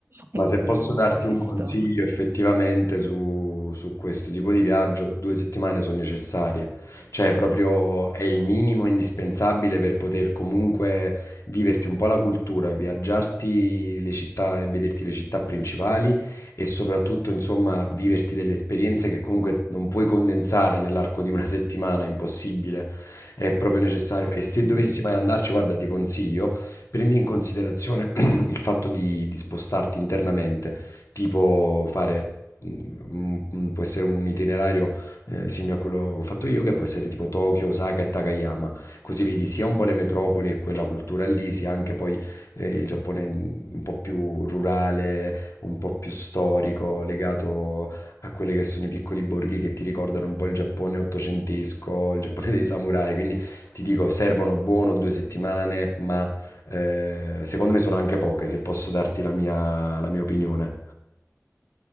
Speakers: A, on the right (about 45°); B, on the left (about 70°).
A: E
B: Ma se
A: quindi
B: posso darti
A: questo.
B: un consiglio effettivamente su, su questo tipo di viaggio, due settimane sono necessarie. Cioè, proprio è il minimo indispensabile per poter comunque viverti un po' la cultura, viaggiarti le città e vederti le città principali e soprattutto, insomma, viverti delle esperienze che comunque non puoi condensare nell'arco di una <laughs> settimana, è impossibile, è proprio necessario. E se
A: Mm.
B: dovessi mai andarci, guarda, ti consiglio, prendi in considerazione il fatto di, di spostarti internamente, tipo fare, mm, mm, può essere un itinerario eh, simile a quello che ho fatto io, che può essere tipo Tokyo, Osaka e Takayama, così vedi sia un po' le metropoli e quella cultura lì, sia anche poi eh, il Giappone un po' più rurale, un po' più storico, legato a quelli che sono i piccoli borghi che ti ricordano un po' il Giappone ottocentesco, il Giappone dei samurai, quindi ti dico, servono buono due settimane, ma eh, secondo me sono anche poche, se posso darti la mia, la mia opinione.